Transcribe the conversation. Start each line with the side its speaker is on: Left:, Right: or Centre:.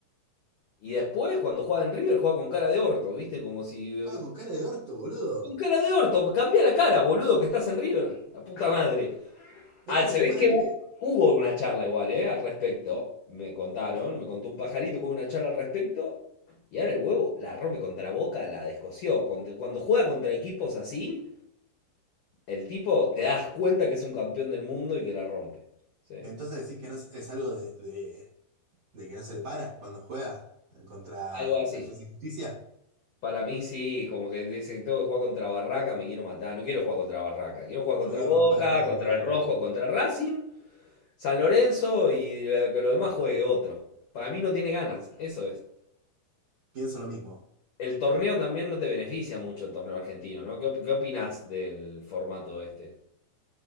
Left: Y después, cuando juega en River, juega con cara de orto, ¿viste? Como si.
Right: Juega con cara de orto, boludo.
Left: Con cara de orto, cambia la cara, boludo, que estás en River. La puta madre.
Right: Es
Left: Ah,
Right: como
Left: se
Right: si
Left: ve
Right: fuera
Left: que
Right: que...
Left: hu- hubo una charla igual, ¿eh? Al respecto. Me contaron, me contó un pajarito que hubo una charla al respecto. Y ahora el huevo la rompe contra Boca, la descoció. Contra- Cuando juega contra equipos así, El tipo te das cuenta que es un campeón del mundo y que la rompe. ¿sí?
Right: Entonces decís que no es, es algo de, de de que no se le para cuando juega eh, contra
Left: Algo así.
Right: Defensa y Justicia.
Left: Para mí sí, como que dicen, tengo que jugar contra Barraca, me quiero matar. No quiero jugar contra Barraca, quiero jugar contra
Right: No me quiero
Left: Boca,
Right: romper cuando
Left: contra
Right: contra Barrón.
Left: el Rojo, contra Racing, San Lorenzo y lo- que lo demás juegue otro. Para mí no tiene ganas, eso es.
Right: Pienso lo mismo.
Left: El torneo también no te beneficia mucho el torneo argentino, ¿no? ¿Qué, op- qué opinás del formato este?